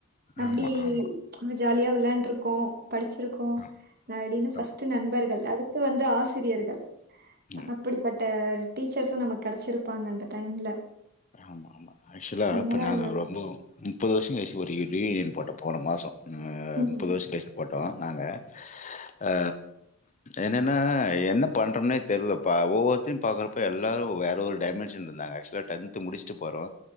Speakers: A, on the right; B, on the left.
A: அப்டி
B: ஆமா, ஆமா.
A: ஜாலியா விளாண்டு இருக்கோ படிச்சிருக்கோ
B: ஆமா
A: அப்டின்னு ஃபஸ்ட்டு
B: ஆ.
A: நண்பர்கள் அடுத்து வந்து து ஆசிரியர்கள்
B: ஆமா.
A: அப்புடிப்பட்ட டீச்சர்ஸு நமக் கெடச்சிருப்பாங்க அந்த டைம்ல
B: ஆமா ஆமா ஆக்சொலா
A: அதனால
B: இப்ப நாங்க ரொம்ப முப்பது வர்ஷங் கழிச்சு ஒரு ரியூனியன் போட்டோ போன மாசொ அ
A: ம்.
B: முப்பது வர்ஷோ கழிச்சி போட்டோ நாங்க அ என்னன்னா என்ன பண்றோம்னே தெர்லப்பா ஒவ்வொ <unintelligible> பாக்குறப்ப எல்லாரு வேற ஒரு டைமன்ஷன் இருந்தாங்க ஆக்சொலா டென்த்து முடுச்ட்டு போறோ